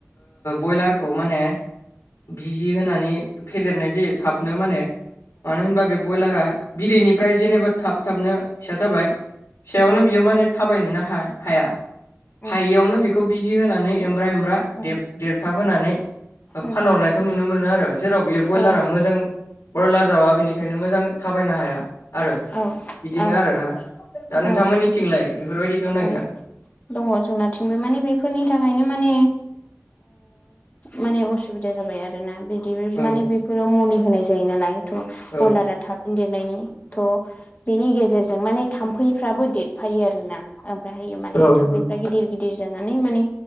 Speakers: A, on the left; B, on the left.
A: बयलारखौ माने बिजि होनानै फेदेरनाय जायो थाबनो माने मानो होनबा बे ब्रयलारा बिदैनिफ्राय जेनेबा थाब थाबनो फिसा जाबाय फिसायावनो
B: औ
A: बियो माने थाबायनोनो हा हाया
B: उम
A: हायैयावनो बेखौ बिजि होनानै एमब्रा एमब्रा
B: उम
A: देरथाब होनानै
B: उम
A: फानहरनायखौ नुनो मोनो आरो जेराव बेयो
B: औ
A: बयलारा मोजां ब्रयलार दावआ बेनिखायनो मोजां थाबायनो हाया आरो
B: औ
A: बिदिनो
B: औ
A: आरोना दा नोंथांमोननिथिंलाय
B: औ
A: बेफोरबायदि दंना
B: औ
A: गैया
B: दङ जोंनाथिंबो माने बेफोरनि थाखायनो माने माने असुबिदा जाबाय आरोना बि
A: औ
B: माने बेफोराव मुलि होनाय जायो नालाय थ
A: औ
B: ब्रयलारा थाब देरनायनि थ' बिनि गेजेरजों माने थाम्फैफ्राबो देरफायो आरोना ओमफ्रायहायो माने
A: औ
B: थाम्फैफ्रा
A: नंगौ
B: गिदिर गिदिर जानानै माने